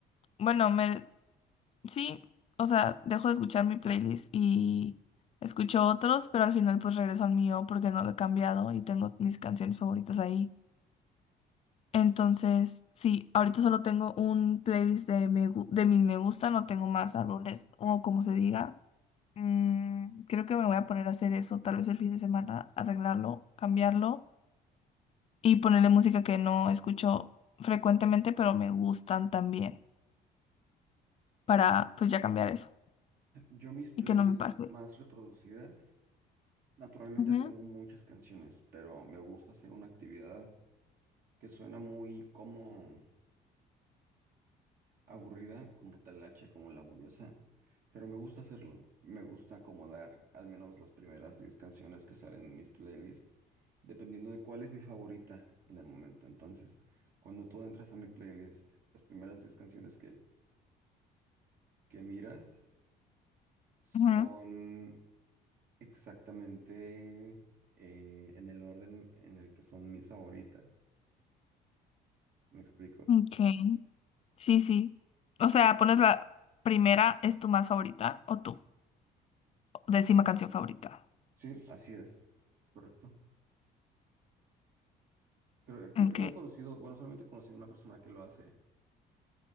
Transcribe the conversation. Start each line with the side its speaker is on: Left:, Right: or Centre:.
Left: Bueno, me Sí, o sea, dejo de escuchar mi playlist y escucho otros, pero al final pues regreso al mío porque no lo he cambiado y tengo mis canciones favoritas ahí. Entonces, sí, ahorita solo tengo un playlist de, me, gu- de mis me gusta, no tengo más álbumes o como se diga. Mm, creo que me voy a poner a hacer eso, tal vez el fin de semana, arreglarlo, cambiarlo y ponerle música que no escucho frecuentemente, pero me gustan también, para pues ya cambiar eso
Right: Yo mis playlists
Left: y que no me pase.
Right: más reproducidas Naturalmente
Left: Ujú.
Right: tengo muchas canciones, pero me gusta hacer una actividad que suena muy como aburrida, como talacha, como laboriosa, pero me gusta hacerlo. Me gusta acomodar al menos las primeras 10 canciones que salen en mis playlists, dependiendo de cuál es mi favorita en el momento. Entonces, cuando tú entras a mi playlist, las primeras 10 canciones que, que miras son
Left: Ujú,
Right: exactamente eh, en el orden en el que son mis favoritas. Me explico.
Left: Ok, sí, sí. O sea, pones la primera, ¿es tu más favorita o tu décima canción favorita?
Right: Sí, así es. Es correcto. Creo, creo
Left: Ok,
Right: que no he conocido, bueno, solamente he conocido una persona que lo hace.